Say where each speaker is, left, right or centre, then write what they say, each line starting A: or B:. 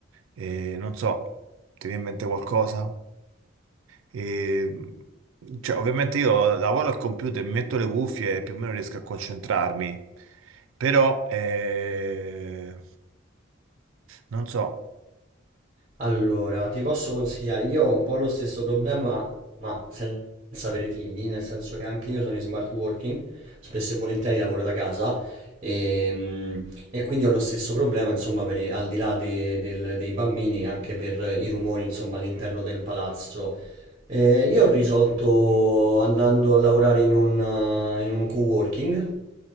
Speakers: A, on the right (about 80°); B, on the right (about 35°).
A: E non so, ti viene in mente qualcosa? E, cioè, ovviamente io lavoro al computer, mi metto le cuffie e più o meno riesco a concentrarmi, però eh, non so,
B: Allora, ti posso consigliare, io ho un po' lo stesso problema, ma senza avere figli, nel senso che anche io sono in smart working, spesso e volentieri lavoro da casa e, mm, e quindi ho lo stesso problema, insomma, per, i- al di là de- del- dei bambini, anche per i rumori, insomma, all'interno del palazzo. Eh, io ho risolto andando a lavorare in un, eh, in un co-working.